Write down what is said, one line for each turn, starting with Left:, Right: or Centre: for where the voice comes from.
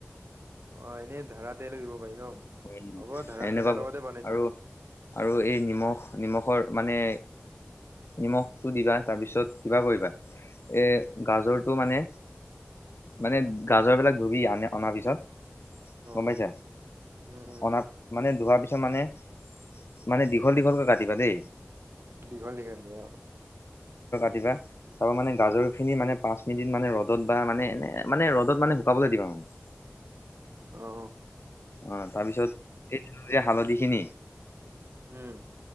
Right: অ এনেই ধাৰা তেলে দিব। পাৰি ন
Left: উ
Right: হ'ব ধৰা
Left: এনেকুৱা
Right: তেলৰ লগতে বনাই চাম
Left: আৰু- আৰু এই নিমখ নিমখৰ মানে। নিমখটো দিবা তাৰপিছত কিবা কৰিবা, এই গাজৰটো মানে মানে গাজৰ বিলাক ধুবি আনে অনাৰ পিছত। গম
Right: অ
Left: পাইছা
Right: উম উম
Left: অনা মানে। ধোৱাৰ পিছত মানে মানে দীঘল দীঘলকে কাটিবা দেই।
Right: দীঘল দীঘল অ
Left: দিবা আৰু মানে গাজৰ খিনি মানে পাঁচ মিনিট মানে ৰ'দত বা মানে এনে মানে ৰ'দত মানে শুকাবলৈ দিবা আৰু <inaudible>
Right: অ
Left: অ তাৰ পিছতীয়া হালধি খিনি।
Right: উম